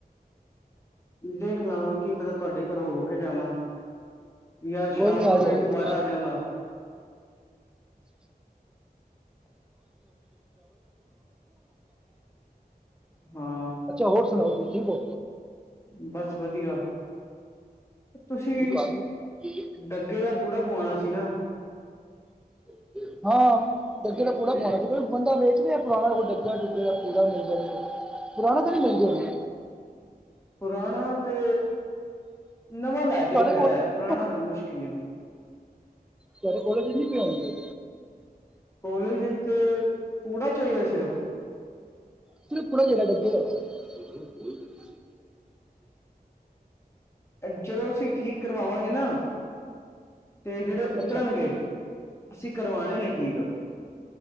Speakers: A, on the left; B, in the centre.
A: ਦੇਖ ਲਾਗਾ, ਕੀ ਪਤਾ ਤੁਹਾਡੇ ਘਰੋਂ ਹੋ ਕੇ ਜਾਵਾਂ। ਯਾਰ
B: ਕੋਈ
A: ਸ਼ਾਮ
B: ਨੀ ਆ
A: ਨੂੰ
B: ਜਾਏਗਾ
A: ਫੇਰ ਦੁਬਾਰਾ ਆਜਾਗਾ।
B: <unintelligible>
A: ਹਾਂ
B: ਅੱਛਾ, ਹੋਰ ਸੁਣਾਓ ਤੁਸੀਂ ਠੀਕ ਹੋ?
A: ਬਸ ਵਧੀਆ, ਤੁਸੀਂ
B: ਹੋ
A: ਡੱਗੇ ਦਾ ਪੂੜਾ ਖੂਆਣਾ ਸੀ ਨਾ।
B: <unintelligible> ਹਾਂ, ਡੱਗੇ ਦਾ ਪੂੜਾ ਪਾਉਣਾ ਸੀ, ਕੋਈ ਬੰਦਾ ਵੇਚ ਰਿਹਾ ਪੁਰਾਣਾ, ਕੋਈ ਡੱਗਾ ਡੁੱਗੇ ਦਾ ਪੂੜਾ ਮਿਲ ਪੁਰਾਣਾ ਤਾਂ ਨੀ ਮਿਲਦੀ ਹੋਣੀ।
A: ਪੁਰਾਣਾ ਤੇ, ਨਵਾਂ ਲੈ ਕੇ
B: ਤੁਹਾਡੇ
A: ਹੀ ਫਾਇਦਾ
B: ਕੋਲਜ
A: ਐ ਪੁਰਾਣਾ ਮੁਸ਼ਕਿਲ ਆ।
B: ਤੁਹਾਡੇ ਕੋਲੇਜ ਨੀ ਪਾਉਣਗੇ।
A: ਕੋਲੇਜ ਇਚ ਤੇ ਪੂੜਾ ਚਾਹੀਦਾ ਸਿਰਫ
B: ਸਿਰਫ ਪੂੜਾ ਜਿਹੜਾ ਡੱਗੇ ਦਾ <unintelligible>
A: ਜਦੋਂ ਅਸੀਂ ਠੀਕ ਕਰਵਾਵਾਂਗੇ ਨਾ ਤੇ ਜਿਹੜੇ ਉਤਰਨਗੇ।
B: ਅੱਛਾ
A: ਅਸੀਂ ਕਰਵਾਣੇ ਨੇ ਠੀਕ।